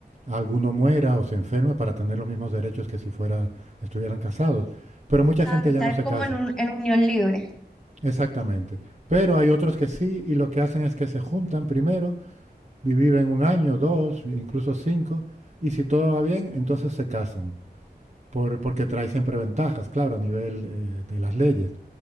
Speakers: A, on the right; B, in the centre.
A: alguno muera o se enferme para tener los mismos derechos que si fuera, estuvieran casados. Pero mucha
B: ¿Sabes?
A: gente
B: Estar
A: ya no se
B: como
A: casa,
B: en un, en unión libre.
A: exactamente. Pero hay otros que sí y lo que hacen es que se juntan primero, viven un año, dos, incluso cinco, y si todo va bien, entonces se casan por, porque trae siempre ventajas, claro, a nivel eh, de las leyes.